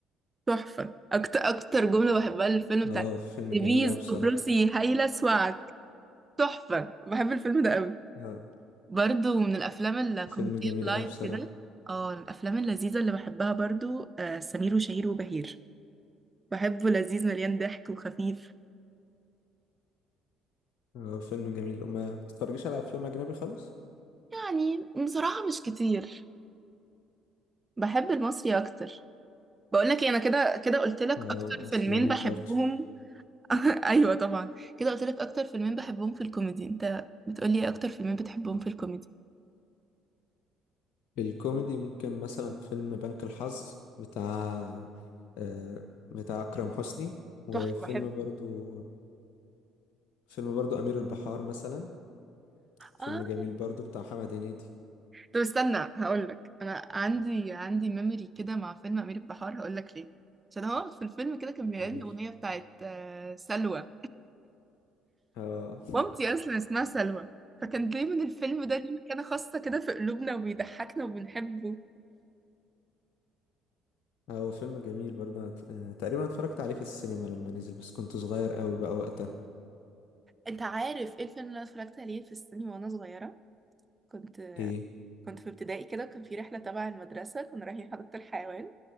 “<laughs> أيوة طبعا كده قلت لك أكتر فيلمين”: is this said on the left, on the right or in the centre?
Right